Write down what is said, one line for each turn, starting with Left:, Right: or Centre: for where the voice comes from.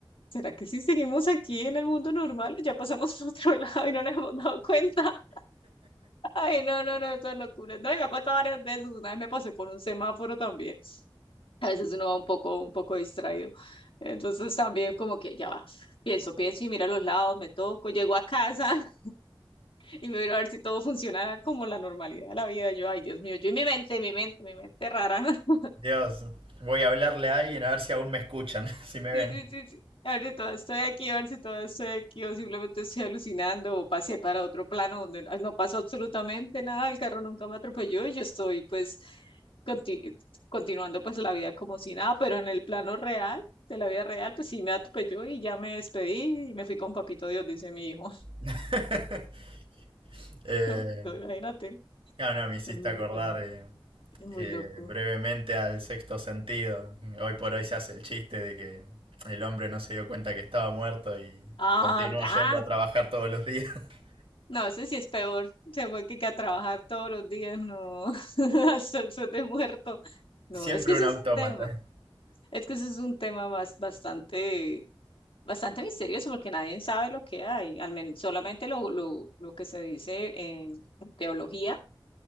Left: ¿será que sí seguimos aquí en el mundo normal? o Ya pasamos <laughs> por otro lado y no nos hemos dado cuenta. <laughs> Ay, no, no, no, eso es locura. No, y me ha pasado varias veces. Una vez me pasé por un semáforo también. A veces uno va un poco, un poco distraído. Entonces también como que ya va. Pienso, pienso y miro a los lados, me toco, llego a casa. Y me miro a ver si todo funciona como la normalidad de la vida. Yo, ay, Dios mío, yo y mi mente, mi mente, mi mente rara. <laughs>
Right: Dios, voy a hablarle a alguien a ver si aún me escuchan, <laughs> si me
Left: Sí,
Right: ven.
Left: sí, sí, sí. A ver si todo estoy aquí, a ver si todo estoy aquí, o simplemente estoy alucinando, o pasé para otro plano donde no no pasó absolutamente nada, el carro nunca me atropelló y yo estoy, pues, conti- continuando, pues, la vida como si nada, pero en el plano real, de la vida real, pues sí me atropelló y ya me despedí y me fui con papito Dios, dice mi hijo.
Right: <laughs> Eh,
Left: <laughs> No, no, Imagínate,
Right: no, no, me hiciste
Left: es muy,
Right: acordar
Left: es-
Right: eh,
Left: es muy
Right: eh,
Left: loco.
Right: brevemente al sexto sentido. Hoy por hoy se hace el chiste de que el hombre no se dio cuenta que estaba muerto y
Left: Ah,
Right: continuó
Left: ah,
Right: yendo a trabajar todos los días. <laughs>
Left: No, ese sí es peor. Se fue que, que a trabajar todos los días, no, <laughs> al sol, sol de muerto. No,
Right: Siempre
Left: es que ese
Right: un autómata.
Left: es un tema. Es que ese es un tema más, bastante, bastante misterioso porque nadie sabe lo que hay. Al menos solamente lo, lo, lo que se dice en teología,